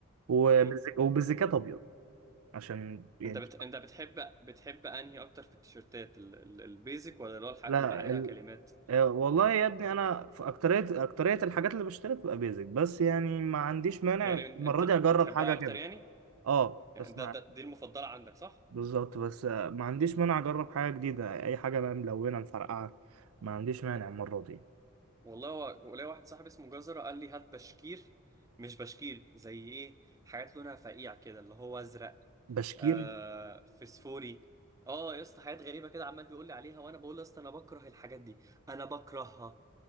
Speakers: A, on the right; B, on the right.
A: وبالز-
B: مم.
A: وبالزكات ابيض عشان يعني
B: انت بت... انت بتحب بتحب انهي اكتر في التيشيرتات ال... ال... البيزك ولا اللي هو الحاجات
A: لا
B: اللي بيبقى عليها
A: ال...
B: كلمات
A: آه، والله يا ابني انا في اكتريه اكتريه الحاجات اللي بشتريها بتبقى بيزك بس يعني ما عنديش مانع
B: يعني
A: المره
B: انت
A: دي اجرب
B: بتحبها
A: حاجه
B: اكتر
A: كده
B: يعني,
A: اه
B: يعني
A: بسمع
B: ده, ده دي المفضله عندك صح
A: بالظبط بس آه، ما عنديش مانع اجرب حاجه جديده اي حاجه بقى ملونه مفرقعه ما عنديش
B: مم.
A: مانع المره دي
B: والله هو ولاقي واحد صاحبي اسمه جزرة قال لي هات بشكير مش بشكير زي ايه حاجات لونها فقيع كده اللي هو ازرق
A: بشكير
B: آه فسفوري اه يا اسطى حاجات غريبة كده عمال بيقول لي عليها وانا بقول له يا اسطى انا بكره الحاجات دي انا بكرهها